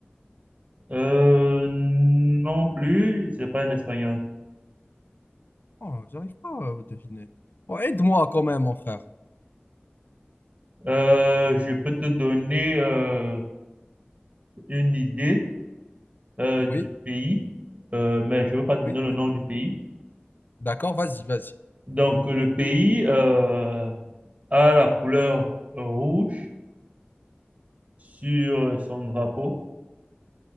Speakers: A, on the right; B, on the left.
A: Euh, non plus, c'est pas un espagnol.
B: Oh, j'arrive pas à deviner. Oh, aide-moi quand même, mon frère.
A: Euh, je peux te donner euh, une idée euh,
B: Oui,
A: du pays, euh, mais je ne veux pas te donner
B: Oui.
A: le nom du pays.
B: d'accord, vas-y, vas-y.
A: Donc, le pays euh, a la couleur rouge sur son drapeau